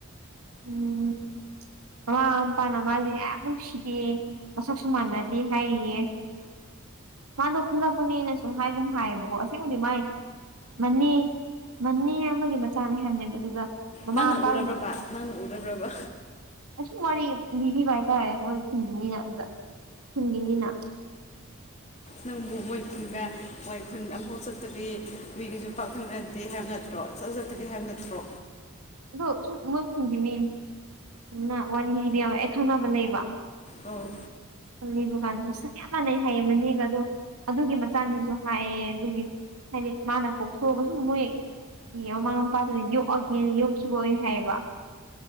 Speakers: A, on the right; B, on the left.
A: ꯎꯝ ꯃꯃꯥ ꯃꯄꯥꯅ ꯃꯥꯁꯦ ꯌꯥꯝ ꯅꯨꯡꯁꯤꯗꯦ ꯃꯁꯛꯁꯨ ꯃꯥꯟꯅꯗꯦ ꯍꯥꯏꯔꯤꯌꯦ ꯃꯥꯗꯣ ꯈꯨꯜꯂꯛꯄꯅꯦꯅꯁꯨ ꯍꯥꯏꯒꯨꯝ ꯍꯥꯏꯌꯦꯕꯀꯣ ꯑꯁꯦꯡꯕꯗꯤ ꯃꯥꯏ ꯃꯅꯦ ꯃꯅꯦ ꯑꯃꯒꯤ ꯃꯆꯥꯅꯦ ꯍꯥꯏꯕꯅꯦꯕ ꯑꯗꯨꯗ ꯃꯃꯥ
B: ꯅꯪꯅ
A: ꯃꯄꯥꯗꯨꯅ
B: ꯎꯔꯕ꯭ꯔꯕ ꯅꯪꯅ ꯎꯔꯕ꯭ꯔꯕ
A: ꯑꯁꯨꯝ ꯋꯥꯔꯤ ꯂꯤꯕꯤꯕ ꯍꯥꯏꯇꯥꯔꯦ ꯃꯣꯏ ꯈꯨꯟꯒꯤ ꯃꯤꯅ ꯑꯗ ꯈꯨꯟꯒꯤ ꯃꯤꯅ
B: ꯅꯪꯕꯨ ꯃꫭꯏ ꯈꯨꯟꯗ ꯃꯣꯏ ꯈꯨꯟ ꯑꯝꯐꯥꯎ ꯆꯠꯇ꯭ꯔꯤ ꯃꯤꯒꯤꯁꯨ ꯄꯥꯛꯊꯪꯅꯗꯦ ꯍꯥꯏꯕ ꯅꯠꯇ꯭ꯔꯣ ꯆꯠꯂ ꯆꯠꯇ꯭ꯔꯤ ꯍꯥꯏꯕ ꯅꯠꯇ꯭ꯔꯣ
A: ꯑꯗꯣ ꯁꯨꯝ ꯃꯣꯏ ꯈꯨꯟꯒꯤ ꯃꯤꯅ ꯋꯥꯔꯤ ꯂꯤꯕ ꯌꯥꯎꯋꯦ ꯑꯩ ꯈꯪꯅꯕ ꯂꯩꯕ
B: ꯑꯧ
A: ꯂꯤꯕ ꯀꯥꯟꯗ ꯃꯁꯛ ꯌꯥꯝ ꯃꯥꯟꯅꯩ ꯍꯥꯏꯌꯦ ꯃꯅꯦꯒ ꯑꯗꯣ ꯑꯗꯨꯒꯤ ꯃꯆꯥꯅꯤꯁꯨ ꯍꯥꯏꯌꯦ ꯑꯗꯨꯒꯤ ꯍꯥꯏꯗꯤ ꯃꯥꯅ ꯄꫭꯛꯊꯣꯛꯑꯒꯁꯨꯨꯝ ꯃꯣꯏ ꯌꯦ ꯃꯃꯥ ꯃꯄꯥꯗꯨꯅ ꯌꯣꯛꯑꯒꯦꯅ ꯌꯣꯛꯈꯤꯕꯣꯏ ꯍꯥꯏꯌꯦꯕ